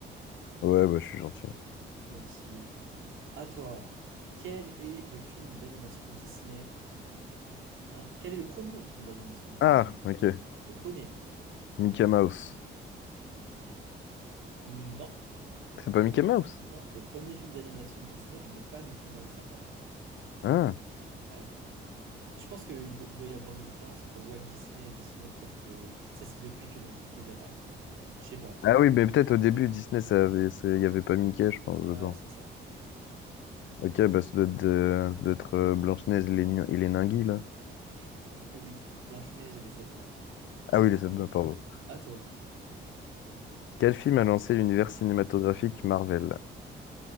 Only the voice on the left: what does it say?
ouais, bah, je suis gentil.
Ah,
ok.
Mickey Mouse.
C'est pas Mickey Mouse?
Ah.
Ah oui, mais peut-être au début, Disney, ça avait, ça- il y avait pas Mickey, je pense, dedans.
Ok, bah ça doit être, de- ça doit être euh, Blanche-Neige et les, Ni- et les Ninguis, là.
Ah oui, les sept
nains, pardon.
Quel film a lancé l'univers cinématographique Marvel?